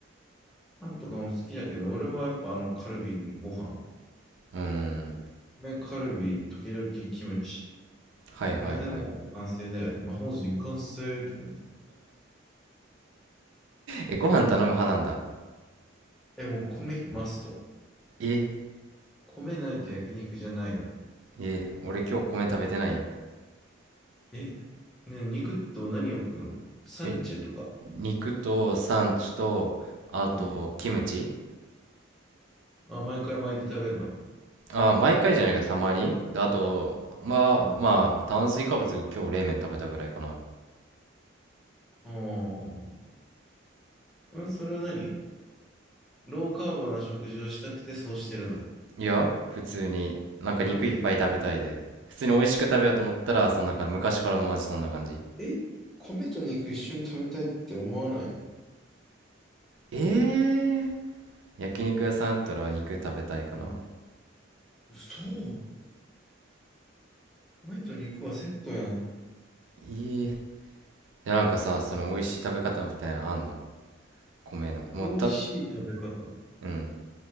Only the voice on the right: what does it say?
うーん。
はいはいはい。
え、ご飯頼む派なんだ。
え、
え、俺今日米食べてないよ。
え肉とサンチュと、あと、
キムチ。
あー、毎回じゃないけど、たまに。で、あと、まあ、
まあ、炭水化物、今日冷麺食べたぐらいかな。
いや、普通に、なんか肉いっぱい食べたいで。
普通に美味しく食べようと思ったら、そんな感じ。昔からもマジそんな感じ。
えー、焼肉屋さんあったら肉食べたいかな。
いい。で、なんかさ、その美味しい食べ方みたいなのあんの米の。もうた、
うん。